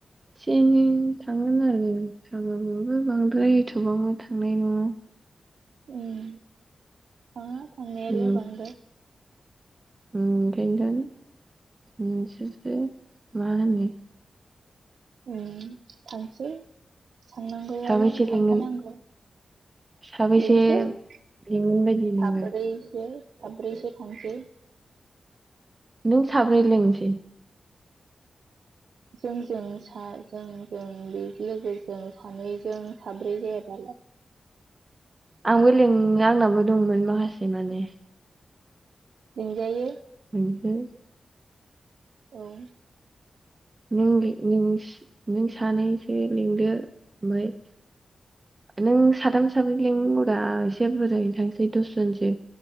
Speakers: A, on the right; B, on the right.
A: एसे एनै थांगोन आरो थांबाबो बांद्राय एथ'बांबो थांनाय नङा।
B: उम। थाङा थांनायालाय
A: उम
B: बांद्राय
A: उम ओंखायनोथन नोंसोरसो मा होनो?
B: उम थांसै थांनांगौआलाय
A: साबैसे
B: थांखानांगौ
A: लिंगोन साबैसे
B: बेनोसो साब्रैसो
A: लिंगोन बायदि नोंलाय
B: साब्रैसो थांसेै
A: नों साब्रै लेंसै
B: जोंजों सा जोंजों बे लोगोजों सानैजों साब्रै जायाबालाय
A: आंबो लिं आंनाबो दंमोन माखासे माने
B: लिंजायो
A: फ्राय
B: औ
A: नों दे नों सानैसो लिंदो ओमफ्राय नों साथाम साब्रै लिनांगौ दा एसे बुरजायैनो थांसै दसजनसो